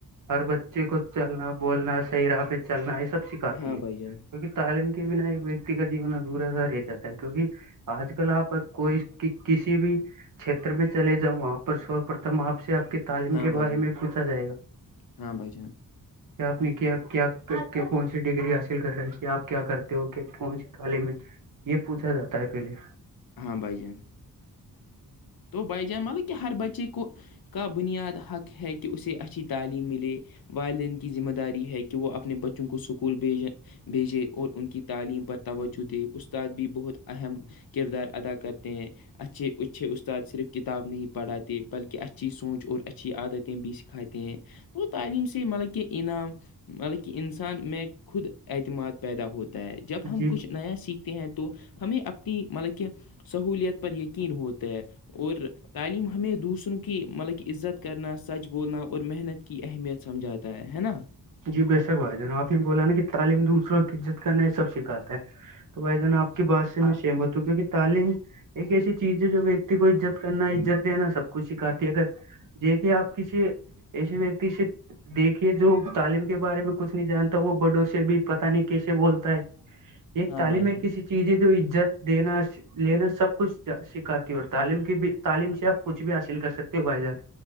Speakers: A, on the right; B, on the left.
A: ہر بچے کو چلنا بولنا صحیح راہ پہ چلنا یہ سب سکھاتی
B: ہاں
A: ہے
B: بھائی جان
A: کیکہ تعلیم کے بنا ایک ویکتی کا جیون ادھورا سا رہ جاتا ہے کیونکہ آج کل آپ کوئی کسی بھی چھیتر میں چلے جاؤ وہاں پر سپتم آپ سے آپ کی تعلیم
B: ہاں
A: کے
B: بھائی
A: بارے
B: جان
A: میں پوچھا جائے گا
B: ہاں بھائی جان
A: آپ نے کیا کیا کون سی ڈگری حاصل کر رہے تھ آپ کیا کرتے ہو کیا کون سے تعالم میں یہ پوچھا جاتا ہے پہلے
B: ہاں بھائی جان تو بائی جان مطلب کہ ہر بچے کو کا بنیاد حق ہے کہ اسے اچھی تعلیم ملے والدین کی ذمہ داری ہے کہ وہ اپنے بچوں کو سکول بھیجیں بھیجے اور ان کی تعلیم پر توجہ دے استاد بھی بہت اہم کردار ادا کرتے ہیں اچھے اچھے اس اس صرف کتاب نہیں پڑھاتے بلکہ اچھی سونچ اور اچھی عادتیں بھی سکھاتے ہیں تو تعلیم سے مطلب کہ انعام مطلب کہ انسان میں خود اعتماد پیدا ہوتا ہے جب ہم
A: جی
B: کچھ نیا سیکھتے ہیں تو ہمیں اپنی مطلب کہ سہوولت پر یقین ہوتا ہے اور تعلیم ہمیں دوسروں کی مطلب کہ عزت کرنا سچ بولنا اور محنت کی اہمیت سمجھاتا ہے نا
A: جی بےشک بھائی جان آپ نے بولا نا کہ تعلیم دوسروں کی عزت کر ن سب سکھاتا ہے تو بھائی جان آپ کی بات سے میں سیم ہوت ہوں کیکہ تعلیم ایک ایسی چیز ہے جو ویکتی کو عزت کرنا عزت دینا سب کچھ سکھاتی ہے اگر دیکھیے آپ کسی ایسے ویکتی سے دیکھیے جو تعلیم کے بارے میں کچھ نہیں جانتا وہ بڑوں سے بھی پتاہ نہیں کیسے بولتا ہے ایک
B: ہاں
A: تعلیم
B: بھائی
A: میں
B: جان
A: کسی چیز ہے تو عزت دینا لینا سب کچھ سکھاتی اور تعلیم کی بھی تعلیم سے آپ کچھ بھی حاصل کر سکتے ہو بھائی جان